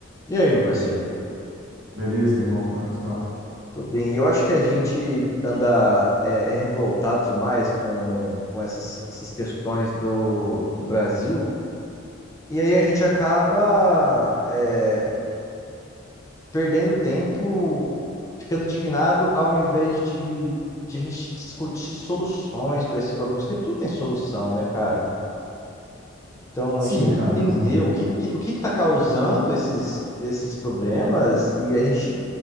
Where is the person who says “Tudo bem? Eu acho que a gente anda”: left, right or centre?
Left